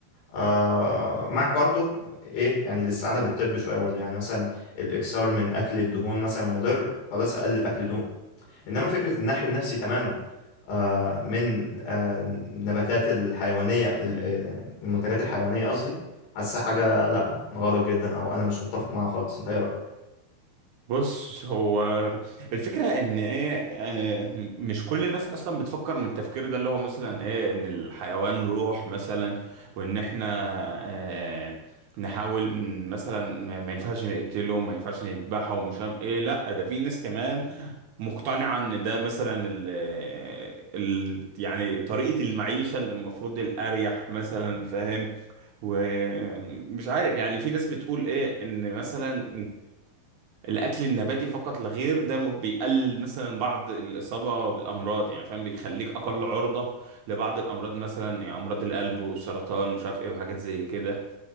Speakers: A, on the left; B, on the right.
A: آه مع برضو ايه يعني الاستعانه بالطب شويه برضو يعني مثلا الاكثار من اكل الدهون مثلا مضر خلاص اقلل اكل دهون انما فكره ان احرم نفسي تماما آه، من آه، النباتات الحيوانيه ال- آه، المنتجات الحيوانيه قصدي حاسه حاجه لا غلط جدا او انا مش متفق معاها خالص انت ايه رايك
B: بص هو الفكرة ان ايه آه، مش كل الناس اصلا بتفكر من التفكير ده اللي هو مثلا ايه ان الحيوان روح مثلا وان احنا آه، نحاول م- مثلا ما ما ينفعش نقتله ما ينفعش نذبحه ومش عارف ايه لا ده في ناس كمان مقتنعة ان ده مثلا ال آه، ال يعني طريقة المعيشة اللي المفروض الاريح مثلا فاهم ومش عارف يعني في ناس بتقول ايه ان مثلا الاكل النباتي فقط لا غير ده م- بيقلل مثلا بعض الاصابه بالامراض يعني فاهم بيخليك اقل عرضه لبعض الامراض مثلا يعني امراض القلب والسرطان ومش عارف ايه وحاجات زي كده